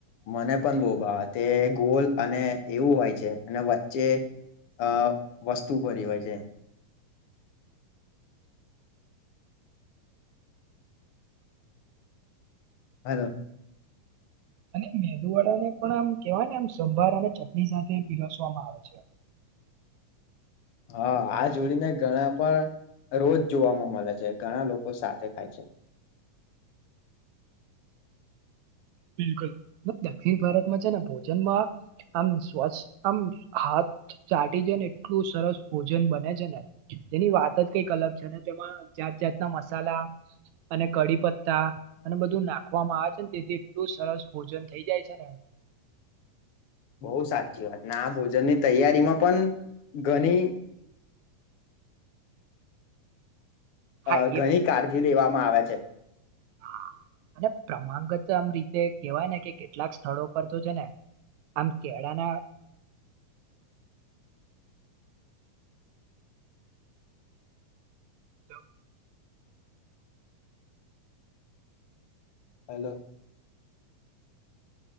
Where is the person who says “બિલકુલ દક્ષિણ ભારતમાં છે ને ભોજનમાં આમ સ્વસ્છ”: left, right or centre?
Right